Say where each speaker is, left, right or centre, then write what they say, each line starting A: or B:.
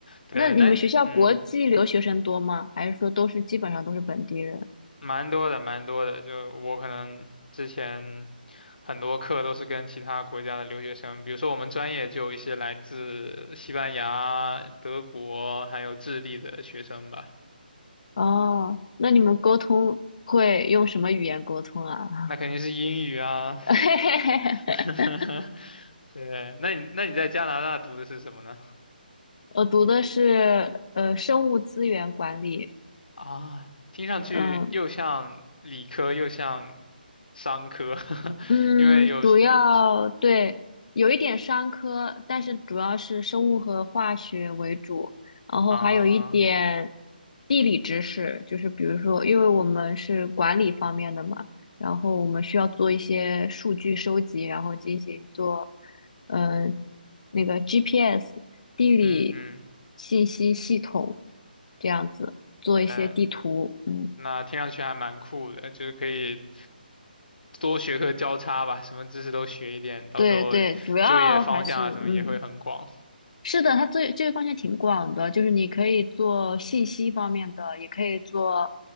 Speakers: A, on the left (about 60°); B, on the left (about 45°).
A: 对，
B: 那你们学校国际留学生多吗？
A: 那嗯，
B: 还是说都是基本上都是本地人？
A: 蛮多的，蛮多的。就我可能之前很多课都是跟其他国家的留学生，比如说我们专业就有一些来自西班牙、德国还有智利的学生吧。
B: 哦，那你们沟通会用什么语言沟通啊？
A: 那肯定是英语啊，
B: <laughs>
A: <laughs> 对，那你那你在加拿大读的是什么呢？
B: 我读的是呃生物资源管理，
A: 啊，听上去又像理科又像
B: 嗯。
A: 商科，<laughs>
B: 嗯，
A: 因为有理
B: 主要对，有一点商科，但是主要是生物和化学为主，然后还有一点
A: 啊，
B: 地理知识，就是比如说，因为我们是管理方面的嘛，然后我们需要做一些数据收集，然后进行做，嗯、那个 GPS 地理
A: 嗯嗯，
B: 信息系统这样子做一些地图，
A: 对，
B: 嗯，
A: 那听上去还蛮酷的，就是可以多学科交叉吧，什么知识都学一点，到时候就业方向啊什么也会很广。
B: 对对，主要还是嗯。是的，它最这个方向挺广的，就是你可以做信息方面的，也可以做，